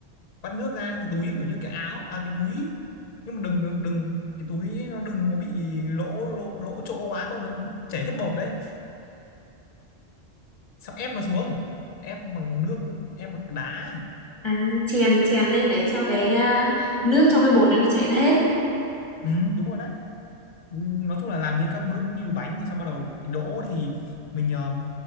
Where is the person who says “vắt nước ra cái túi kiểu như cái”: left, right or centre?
Left